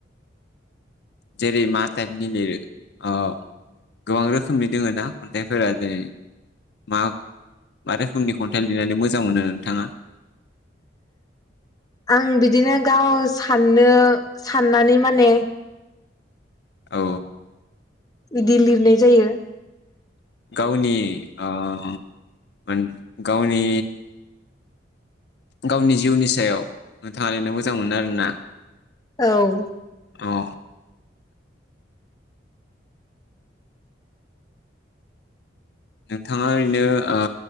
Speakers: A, on the left; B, on the left.
A: जेरै मा टाइपनि लिरो आ गोबां रोखोमनि दोङो ना खन्थाइफोरा जेरै मा मा रोखोमनि खन्थाइ लिरनानै मोजां मोनो नोंथाङा?
B: आं बिदिनो गाव साननो साननानै माने
A: औ।
B: इदि लिरनाय जायो।
A: गावनि आ उम मान गावनि गावनि जिउनि सायाव नोंथाङा लिरनो मोजां मोनो आरो ना?
B: औ।
A: औ। नोंथाङा ओरैनो ओ